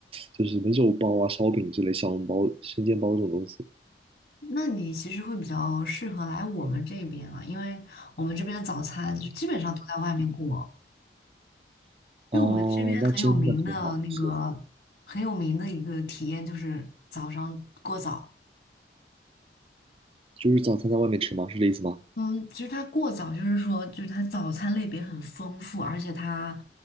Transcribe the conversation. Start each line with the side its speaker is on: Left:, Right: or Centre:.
Right: 就是什么肉包啊、烧饼之类、小笼包、生煎包这种东西。
Left: 那你其实会比较适合来我们这边啊，因为我们这边的早餐就基本上都在外面过。
Right: 哦，
Left: 因为我们这边很有名的那个很有名的一个体验就是早上过早。
Right: 那真的很好，是，就是早餐在外面吃吗？是这意思吗？
Left: 嗯，其实它过早就是说，就是它早餐类别很丰富，而且它